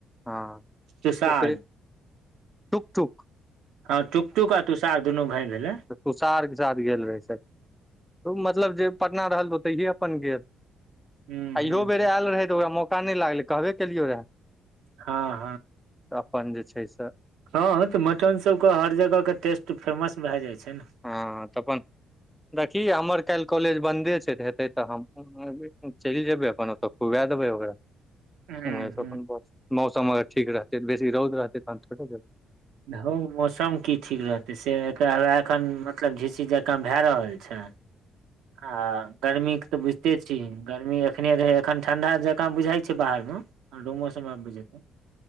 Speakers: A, in the centre; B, on the right.
A: हँ
B: तुषार।
A: ओकरे टुक टुक।
B: ह। टुक टुक आ तुषार दुनू भय भेलै
A: तुषारके साथ गेल रहै मतलब जे पटना रहल ओतहि अपन गेल।
B: हूँ
A: आ
B: हूँ
A: इयहो बेर आयल रहै ओकरा मौका नहि लागलै कहबे केलियौ रहए।
B: ह ह
A: तऽ अपन जे छै से।
B: ह तऽ मटनसभके हर जगहके टेस्ट फेमस भए जाइ छै ने
A: ह तऽ अपन देखी हमर काल्हि कॉलेज बन्दे छै तऽ हेतै तऽ हम चलि जेबै अपन ओत खुआ देबै ओकरा
B: हूँ
A: उम्हरे से
B: हूँ
A: अपन बस मौसम अगर ठीक रहतै बेसी रौद रहतै तहन थोरे जेबय।
B: हौ मौसम कि ठीक रहतै से ह एखन मतलब झीसी जकाँ भए रहल छै। आ गर्मी के तऽ बुझिते छिय गर्मी एखने रहै एखन ठंडा जकाँ बुझाइ छै बाहरमे आडूमौसम आबी जेतै